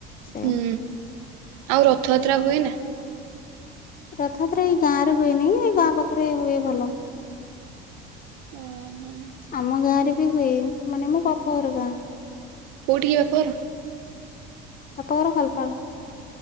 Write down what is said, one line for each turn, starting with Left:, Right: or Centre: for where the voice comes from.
Left: ସେ
Right: ହୁଁ ଆଉ ରଥଯାତ୍ରା ହୁଏ ନାଁ?
Left: ରଥଯାତ୍ରା ଏଇ ଗାଁରେ ହୁଏନେଇ ଏଇ ଗାଁରେ ପାଖରେ ହୁଏ ଭଲ।
Right: ଓହୋ
Left: ଆମ ଗାଁରେ ବି ହୁଏ ମାନେ ମୋ ବାପ ଘର ଗାଁ।
Right: କୋଉଠି କି ବାପଘର?
Left: ବାପଘର ଖାଲପାଳ।